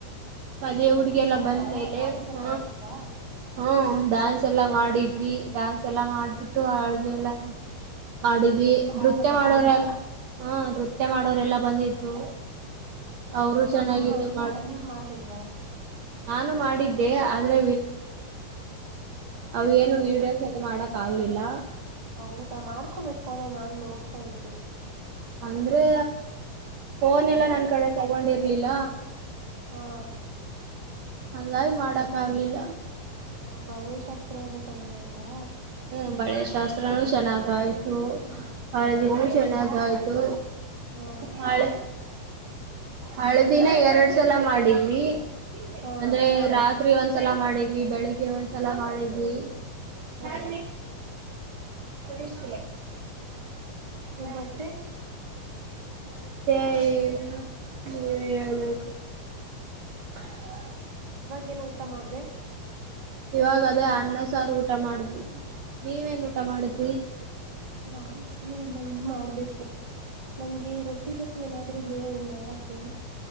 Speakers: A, on the right; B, on the right.
A: ಮದುವೆ ಹುಡುಗಿ ಎಲ್ಲ
B: ಹೌದಾ
A: ಬಂದ ಮೇಲೆ
B: ಡ್ಯಾನ್ಸ್
A: ಹ
B: ಎಲ್ಲಾ ಮಾಡಿದ್ರಾ
A: ಹ್ಮ
B: ಹ
A: ಡಾನ್ಸ್ ಎಲ್ಲಾ ಮಾಡಿದ್ವಿ ಡ್ಯಾನ್ಸ್ ಎಲ್ಲ ಮಾಡ್ಬಿಟ್ಟು ಅಳದಿ
B: ಹ
A: ಎಲ್ಲ ಮಾಡಿದ್ವಿ
B: ಹಾಡ್
A: ನೃತ್ಯ
B: ಹಚ್ಚಿದ್ರಾ
A: ಮಾಡೋರೆಲ್ಲ ಹ್ಮ ನೃತ್ಯ ಮಾಡೋರೆಲ್ಲಾ ಬಂದಿದ್ರು
B: ಹೌದಾ
A: ಅವರು ಚೆನ್ನಾಗಿ
B: ನೀನ್ ಮಾಡ್ದಾ
A: ಇದು ಮಾಡಿ
B: ನೀನ್ ಮಾಡ್ದಿಲ್ವಾ
A: ನಾನು ಮಾಡಿದ್ದೆ ಆದ್ರೆ ಅವು ಏನು
B: ಹಾ
A: ವೀಡಿಯೋಸ್ ಅ ಮಾಡಕ್ ಕಾಗಲಿನ
B: ಹೌದಾ ಮಾಡ್ಕೋಬೇಕಕ್ ತಾನೆ ನಾನ್ ನೋಡ್ತಾ ಇದ್ದೆ
A: ಅಂದ್ರೆ ಫೋನ್ ಎಲ್ಲಾ
B: ಮಾಡ್
A: ನನ್ ಕಡೆ ತಗೊಂಡಿರ್ಲಿಲ್ಲ
B: ಹಾ
A: ಹಾಗಂಗಾಗಿ ಮಾಡಕ್ ಆಗ್ಲಿಲ್ಲ
B: ಹ ಬಳೆ ಶಾಸ್ತ್ರ ಎಲ್ಲ ಚೆನ್ನಾಗ ಆಯ್ತಾ
A: ಹ್ಮ್ ಬಳೆ ಶಾಸ್ತ್ರನೂ ಚೆನ್ನಾಗಾಯ್ತು ಹಳೆ
B: ಹಾ
A: ದಿನ ಚೆನ್ನಾಗಾಯ್ತು
B: ಹಾ
A: ಹಳೆ ಹಳದಿನ ಎರಡ್ ಸಲ ಮಾಡಿದ್ವಿ
B: ಹಾ
A: ಅಂದ್ರೆ ರಾತ್ರಿ ಒಂದ್ ರಾತ್ರಿ ಸಲ ಮಾಡಿದ್ವಿ ಬೆಳಿಗ್ಗೆ ಒಂದ್ಸಲ ಮಾಡಿದ್ವಿ
B: ಹಾ
A: ಹ ಇಷ್ಟ
B: ಒಂಬತ್ತೆ
A: ಮತ್ತೆ ಏನ್ ನೀವೇ ಹೇಳ್ಬೇಕು ಹ
B: ಹ ಇವಾಗೇಏನು ಊಟ ಮಾಡ್ದ
A: ಇವಾಗ ಅದೇ ಅಣ್ಣ ಸಾರು ಊಟ ಮಾಡ್ವಿ ನೀವೇನ್ ಊಟ ಮಾಡಿದ್ರಿ
B: ನಾನ್ ಏನು ಇಲ್ಲ ಇನ್ ಮಾಡ್ಬೇಕು ನಂಗೆ ರೊಟ್ಟಿ ಜೊತೆ ಏನಾದ್ ಆದೂ ಹೇಳು ಮಾಡಕ್ಕೆ